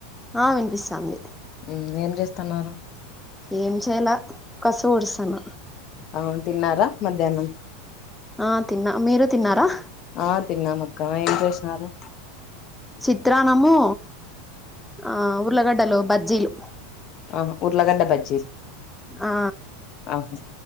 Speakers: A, in the centre; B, on the left (about 45°).
A: ఆ వినిపిస్తాంది
B: మ్ ఏం చేస్తాన్నారు
A: ఏం చేయాలె కస్సు వొడుస్తానా
B: అవును తిన్నారా మధ్యాహ్నం
A: ఆ తిన్న మీరు తిన్నారా
B: ఆ తిన్నామక్క ఏం చేషినారు
A: చిత్రాన్నము ఆ ఉర్లగడ్డలు బజ్జీలు
B: అవును ఉర్లగడ్డ దగ్
A: ఆ
B: ఆహా